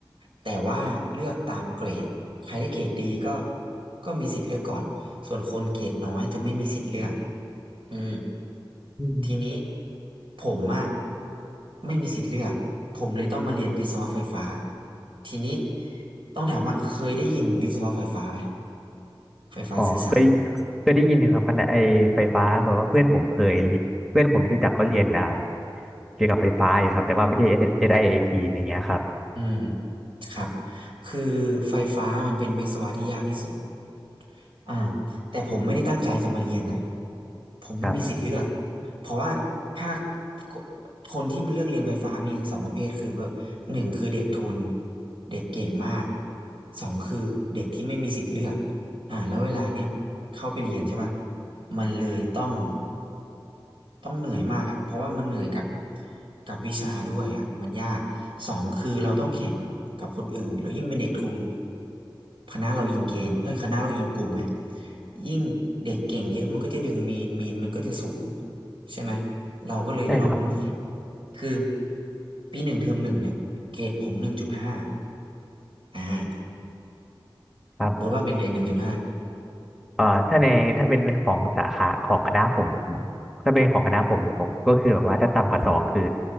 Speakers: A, on the right; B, in the centre.
A: แต่ว่าเลือกตามเกรดใครได้เกรดดีก็ก็มีสิทธิ์เลือกก่อน ส่วนคนเกรดน้อยจะไม่มีสิทธิ์เลือกอืม
B: อืม
A: ทีนี้ผมอะไม่มีสิทธิ์เลือกผมเลยต้องมาเรียนวิศวะไฟฟ้าทีนี้ต้องถามว่าเคยได้ยินวิศวะไฟฟ้าไหมไฟฟ้าสื่อสาร
B: อ๋อเคยเคยได้ยินนะครับคณะไอไฟฟ้าแบบว่าเพื่อนผมเคยเรียเพื่อนผมที่รู้จักก็เรียนอ่าเกี่ยวกับไฟฟ้าอยู่ครับแต่ว่าไม่ใช่ SIAT อสไอเอทีอย่างเงี้ยครับ
A: อืมครับคือไฟฟ้ามันเป็นวิศวะที่ยากที่สุดอ่าแต่ผมไม่ได้ตั้งใจจะมาเรียนนะผมไม่มีสิทธิ์เลือก
B: ครับ
A: เพราะว่าภาคคคนที่มันเลือกเรียนไฟฟ้ามีสองประเภทคือแบบหนึ่งคือเด็กทุนเด็กเก่งมากสองคือเด็กที่ไม่มีสิทธิ์เลือกอ่าแล้วเวลาเนี้ยเข้าไปเรียนใช่ปะมันเลยต้อง ต้องเหนื่อยมากอ่ะเพราะว่ามันเหนื่อยกับกับวิชาด้วยอ่ะมันยากสองคือเราต้องแข่งกับคนอื่นแล้วยิ่งเป็นเด็กทุนคณะเราอิงเกณฑ์เอ้ยคณะเราอิงกลุ่มไงยิ่งเด็กเก่งเยอะมันก็จะดึงมีนมีนมันก็จะสูงใช่ไหมเราก็เลยจะต้องเหนื่อย
B: ใช่ครับ
A: คือปีหนึ่งเทอมหนึ่งเนี่ยเกรดผมหนึ่งจุดห้าอ่า
B: ครับ
A: บอกว่าเป็นไงหนึ่งจุดห้า
B: เอ่อถ้าในถ้าเป็นของสาขาของคณะผมผมถ้าเป็นของคณะผมผมก็คือแบบว่าถ้าต่ำกว่าสองคือ